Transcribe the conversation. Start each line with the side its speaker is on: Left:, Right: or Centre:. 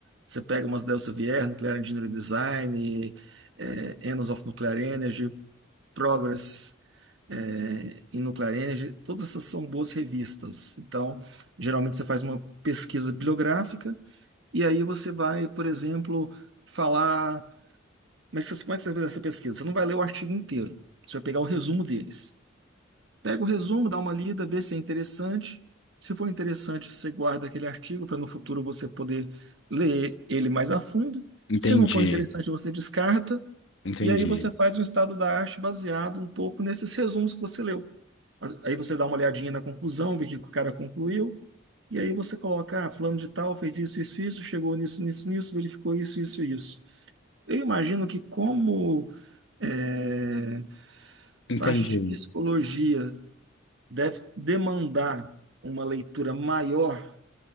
Right: você pega umas Elsevier, Nuclear Engineering Design, eh, Annals of Nuclear Energy, Progress, eh, in Nuclear Energy, todas essas são boas revistas. Então, geralmente você faz uma pesquisa bibliográfica e aí você vai, por exemplo, falar. Mas você- como é que você vai fazer essa pesquisa? Você não vai ler o artigo inteiro, você vai pegar o resumo deles. Pega o resumo, dá uma lida, vê se é interessante. Se for interessante, você guarda aquele artigo para no futuro você poder ler ele mais a fundo.
Left: Entendi,
Right: Se não for interessante, você descarta.
Left: entendi.
Right: E aí você faz um estado da arte baseado um pouco nesses resumos que você leu. Aí você dá uma olhadinha na conclusão, vê o que o cara concluiu. E aí você coloca, ah, fulano de tal fez isso, isso, isso, chegou nisso, nisso, nisso, verificou isso, isso, isso. Eu imagino que como eh,
Left: Entendi.
Right: parte de psicologia deve demandar uma leitura maior